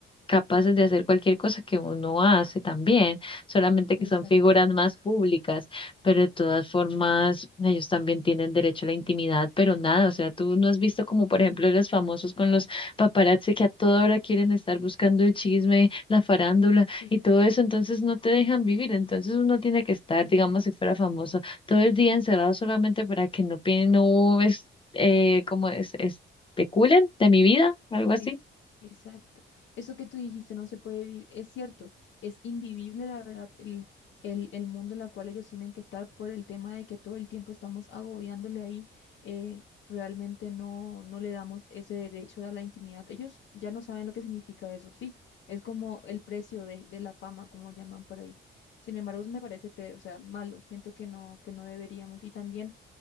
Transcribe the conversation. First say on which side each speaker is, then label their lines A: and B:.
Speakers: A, on the left; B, on the left.
A: capaces de hacer cualquier cosa que uno hace también, solamente que
B: Exacto.
A: son figuras más públicas pero de todas formas, ellos también tienen derecho a la intimidad, pero nada, o sea, tú no has visto como, por ejemplo, los famosos con los paparazzi que a toda hora quieren estar buscando el chisme, la farándula
B: Sí,
A: y todo eso, entonces no te dejan vivir, entonces uno tiene que estar, digamos, si fuera famoso, todo el día encerrado solamente para que no, pi- no es, eh, como es, especulen de mi vida, algo así.
B: sí, exacto. Eso que tú dijiste no se puede vivir, es cierto, es invivible la verdad el, el, el mundo en el cual ellos tienen que estar por el tema de que todo el tiempo estamos agobiándole ahí, eh, realmente no, no le damos ese derecho a la intimidad. Ellos ya no saben lo que significa eso, sí, es como el precio de, de la fama, como llaman por ahí. Sin embargo, me parece, te- o sea, malo, siento que no, que no deberíamos. Y también